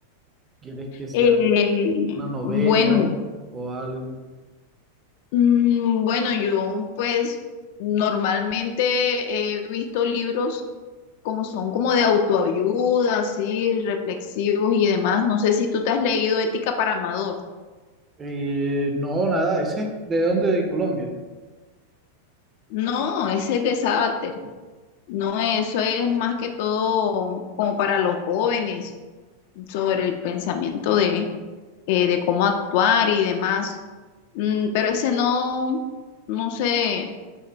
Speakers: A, on the right; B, on the left.
A: ¿Quieres que sea
B: Eh,
A: una novela
B: bueno,
A: o algo?
B: mm, bueno, yo pues normalmente he visto libros como son como de autoayuda, así, reflexivos y demás. No sé si tú te has leído Ética para Amador.
A: Eh, no, nada. ¿Ese es de dónde? De Colombia.
B: No, ese es de Sábater. No, eso es más que todo como para los jóvenes, sobre el pensamiento de, eh, de cómo actuar y demás. Mm, pero ese no, no sé,